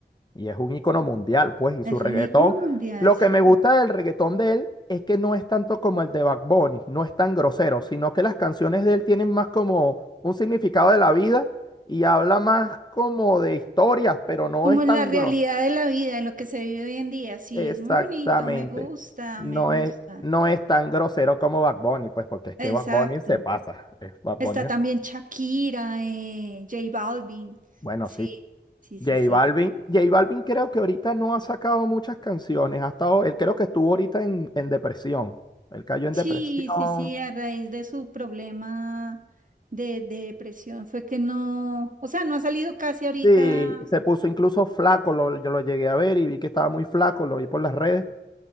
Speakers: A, on the left (about 25°); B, on the right (about 45°).
A: y es un ícono mundial, pues, y
B: Es
A: su reggaetón.
B: un ícono mundial,
A: Lo
B: sí.
A: que me gusta del reggaetón de él es que no es tanto como el de Bad Bunny, no es tan grosero, sino que las canciones de él tienen más como un significado de la vida y habla más como de historias, pero no
B: Como
A: es
B: en
A: tan
B: la realidad
A: grosero.
B: de la vida, de lo que se vive hoy en día. Sí,
A: Exactamente.
B: es muy bonito, me gusta,
A: No
B: me gusta.
A: es, no es tan grosero como Bad Bunny, pues porque es que
B: Exacto.
A: Bad Bunny se pasa. Es Bad Bunny.
B: Está también Shakira, eh, J Balvin.
A: Bueno,
B: Sí,
A: sí.
B: sí, sí,
A: J
B: sí.
A: Balvin. J Balvin creo que ahorita no ha sacado muchas canciones. Ha estado, él creo que estuvo ahorita en, en depresión. Él cayó en
B: Sí,
A: depresión.
B: sí, sí, a raíz de su problema de, de depresión fue que no, o sea, no ha salido casi ahorita.
A: Sí, se puso incluso flaco. lo- yo lo llegué a ver y vi que estaba muy flaco. Lo vi por las redes.